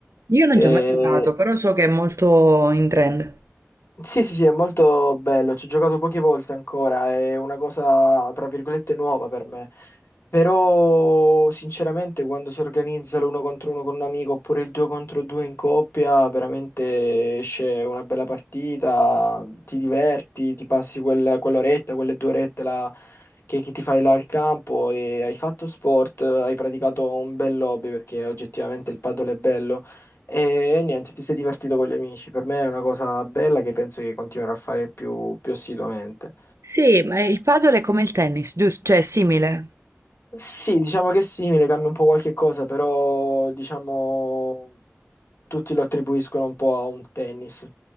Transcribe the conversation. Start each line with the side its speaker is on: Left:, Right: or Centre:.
Right: Io non
Left: Mm. E,
Right: ci ho mai giocato, però so che è molto in trend.
Left: sì, sì, sì, è molto bello, ci ho giocato poche volte ancora, è una cosa, tra virgolette, nuova per me. Però, sinceramente, quando si organizza l'uno contro uno con un amico oppure il due contro due in coppia, veramente esce una bella partita, ti diverti, ti passi quel- quell'oretta, quelle due orette là che, che ti fai là al campo e hai fatto sport, hai praticato un bel hobby perché oggettivamente il padel è bello. E niente, ti sei divertito con gli amici. Per me è una cosa bella che penso che continuerò a fare più, più assiduamente.
Right: Sì, ma il padel è come il tennis, giusto? Cioè, è simile.
Left: Sì, diciamo che è simile, cambia un po' qualche cosa, però diciamo tutti lo attribuiscono un po' a un tennis.